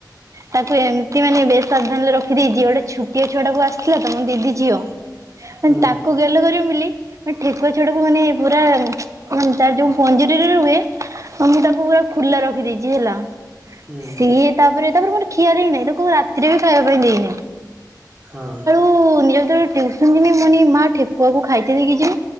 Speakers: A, on the right; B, on the right.
A: ତାକୁ ଏମିତି ମାନେ ବେଶ ସାବଧାନ ରେ ରଖିଦେଇଛି ଗୋଟେ ଛୋଟିଆ ଛୁଆ ଟାକୁ ଆସି ଥିଲା ତମ ଦିଦି ଝିଅ ମାନେ
B: ହଁ
A: ତାକୁ ଗେଲେ କରି ମିଲି ମ ଠେକୁଆ ଛୁଡାକୁ ମାନେ ପୁରା ହଁ ତାର ଯୋଉ ପଞ୍ଜୁରୀରେ ରୁହେ ମୁଁ ତାକୁ ପୁରା ଖୋଲା ରଖିଦେଇଛି। ଆଜି ହେଲା।
B: ହୁଁ।
A: ସିଏ ତାପରେ ତାପରେ ଖିଆ ଦେଇନାହିଁ ତାକୁ ରାତିରେ ବି ଖାଇବା ପାଇଁ ଦେଇନାହିଁ।
B: ହଁ।
A: <unintelligible> ମା ଠେକୁଆକୁ ଖାଇତକି ଯ